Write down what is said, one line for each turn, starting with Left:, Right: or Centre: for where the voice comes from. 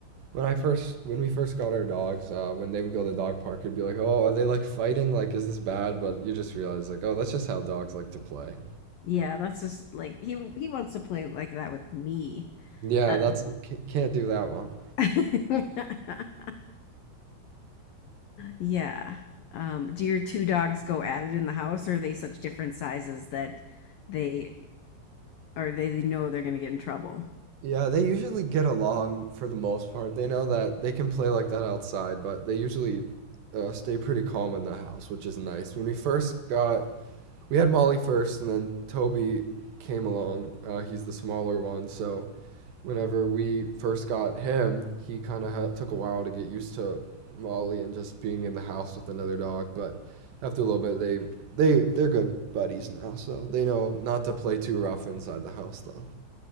Right: when I first, when we first got our dogs, uh, when they would go to the dog park, it'd be like, oh, are they like fighting? Like, is this bad? But you just realize like, oh, that's just how dogs like to play.
Left: Yeah, that's just like he he wants to play like that with me.
Right: Yeah,
Left: Uh,
Right: that's ca- can't do that one.
Left: <laughs> Yeah. Um, do your two dogs go at it in the house, or are they such different sizes that they? or they, they know they're going to get in trouble.
Right: Yeah, they usually get along for the most part. They know that they can play like that outside, but they usually uh, stay pretty calm in the house, which is nice. When we first got we had Molly first, and then Toby came along. Uh, he's the smaller one, so whenever we first got him, he kind of ha- took a while to get used to Molly and just being in the house with another dog. But after a little bit, they they they're good buddies now, so they know not to play too rough inside the house though.